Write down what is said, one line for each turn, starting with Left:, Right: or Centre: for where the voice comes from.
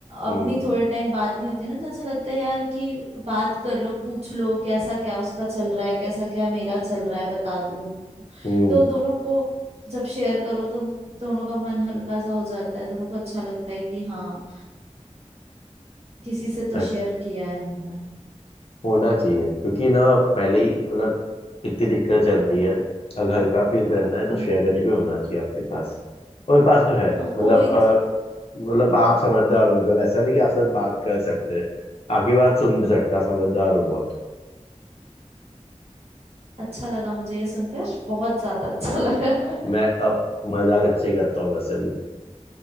Right: अपनी
Left: हम्म
Right: थोड़े टाइम बात नहीं होती ना तो ऐसा लगता है यार कि बात कर लो पूछ लो कैसा क्या उसका चल रहा है कैसा क्या मेरा चल रहा है बता दूं
Left: हम्म
Right: तो दोनों को जब शेयर करो तो दोनों का मन हल्का सा हो जाता है दोनों को अच्छा लगता है कि हाँ किसी से तो
Left: अच्छा।
Right: शेयर किया है हमने
Left: होना चाहिए क्योंकि ना पहले ही मतलब इतनी दिक्कत चलती है अगर हल्का फील करना है तो
Right: हाँ
Left: शेयर करने पे होना चाहिए आपके पास और मेरे पास तो है मतलब
Right: कोई
Left: अ,
Right: तो
Left: मतलब आप समझदार हो मतलब ऐसा नहीं कि आपसे बात कर सकते हैं आपकी बात सुन भी सकता समझदार हो बहुत
Right: अच्छा लगा मुझे ये सुनकर बहुत ज्यादा अच्छा लगा <laughs>
Left: मैं अब मजाक अच्छे ही करता हूँ वैसे भी